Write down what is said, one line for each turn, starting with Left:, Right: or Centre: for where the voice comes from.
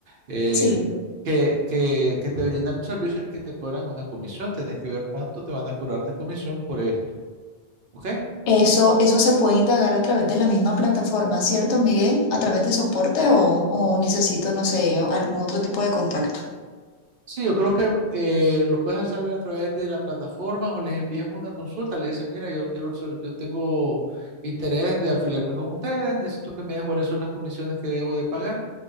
Right: eh,
Left: Sí.
Right: que, que- que te brindan un servicio y que te cobran una comisión. Tenés que ver cuánto te van a cobrar de comisión por esto, ¿ok?
Left: Eso, eso se puede indagar a través de la misma plataforma, ¿cierto, Miguel? ¿A través de soporte o, o necesito, no sé, algún otro tipo de contacto?
Right: Sí, yo creo que eh, lo puedes hacer a través de la plataforma o les envías una consulta, le dices, mira, yo quiero, ser- yo tengo interés de afiliarme con ustedes, necesito que me digan cuáles son las comisiones que debo de pagar